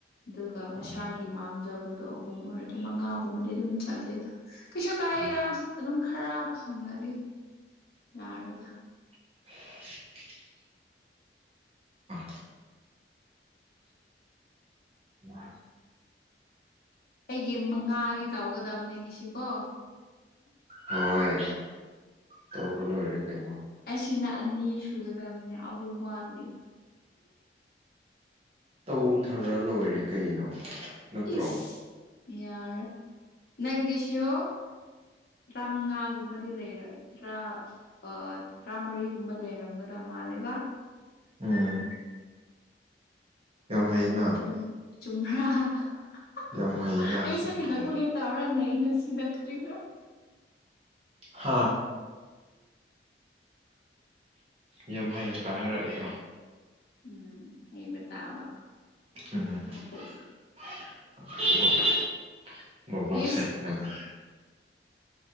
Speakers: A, on the left (about 60°); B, on the right (about 35°).
A: ꯑꯗꯨꯒ ꯃꯁꯥꯒꯤ
B: ꯑꯥ
A: ꯃꯥꯡꯖꯕꯗꯣ ꯑꯍꯨꯝ ꯑꯣꯏꯔꯗꯤ ꯃꯉꯥꯒꯨꯝꯕꯗꯤ ꯑꯗꯨꯝ ꯆꯠꯂꯦꯗ ꯀꯩꯁꯨ ꯀꯥꯏꯗꯦꯗ
B: ꯑꯥ
A: ꯑꯗꯨꯝ ꯈꯔ ꯐꯪꯉꯅꯤ ꯌꯥꯔꯦꯗ
B: <inaudible> ꯑꯥ <inaudible> ꯎꯝ <inaudible>
A: ꯑꯩꯒꯤ ꯃꯉꯥꯗꯤ ꯇꯧꯒꯗꯝꯅꯤ ꯉꯁꯤꯀꯣ
B: ꯍꯣꯏ ꯇꯧꯔꯒ ꯂꯣꯏꯔꯦ ꯀꯩꯅꯣ
A: ꯑꯁꯤꯅ ꯑꯅꯤ ꯁꯨꯒꯗꯕꯅꯦ ꯑꯍꯨꯝ ꯋꯥꯠꯂꯤ
B: ꯇꯧꯊꯔ ꯂꯣꯏꯔꯦ ꯀꯩꯅꯣ ꯅꯠꯇ꯭ꯔꯣ
A: ꯏꯁ ꯌꯥꯔꯦ ꯅꯪꯒꯤꯁꯨ ꯇ꯭ꯔꯥꯃꯉꯥꯒꯨꯝꯕꯗꯤ ꯂꯩꯔ ꯇ꯭ꯔꯥ ꯑ ꯇ꯭ꯅꯔꯥꯃꯔꯤꯒꯨꯝꯕ ꯂꯩꯔꯝꯒꯗ ꯃꯥꯜꯂꯦꯀꯣ
B: ꯎꯝ ꯌꯥꯝ ꯍꯩꯅ
A: ꯎꯝ ꯆꯨꯝꯕ꯭ꯔꯥ <unintelligible>
B: ꯌꯥꯝ ꯍꯩꯅ
A: ꯑꯩꯁꯥꯛ
B: ꯁꯤ ꯅꯨꯄꯤꯁꯦ
A: <unintelligible> ꯇꯧꯔꯥ ꯂꯩꯅꯨ ꯁꯤꯗ ꯀꯔꯤꯔ
B: ꯍꯥꯥ ꯌꯥꯝ ꯍꯩꯅꯀ ꯍꯥꯏꯔꯛꯏꯀꯣ
A: ꯎꯝ ꯍꯩꯕ ꯇꯥꯕ
B: ꯎꯝ
A: ꯃꯀꯣꯛ
B: ꯕꯣꯕꯣꯛꯁꯦ
A: ꯏꯁ
B: ꯌꯥꯝ <unintelligible>